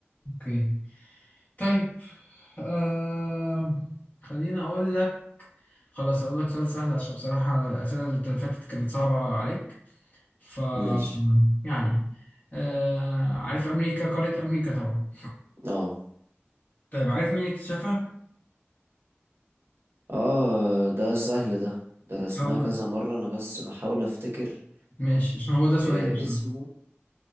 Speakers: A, on the left (about 35°); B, on the right (about 60°).
A: اوكي طيب أم... خليني اقول لك خلاص اقول لك سؤال سهل عشان بصراحة الاسئلة اللي فاتت كانت صعبة عليك ف
B: ماشي
A: يعني أه... عارف امريكا قارة امريكا طبعا
B: اه
A: طيب عارف مين اللي اكتشفها؟
B: اه ده سهل ده درسناه
A: هو
B: كذا مرة انا بس بحاول افتكر
A: ماشي عشان هو ده سؤالي
B: آه،
A: بصراحة
B: اسمه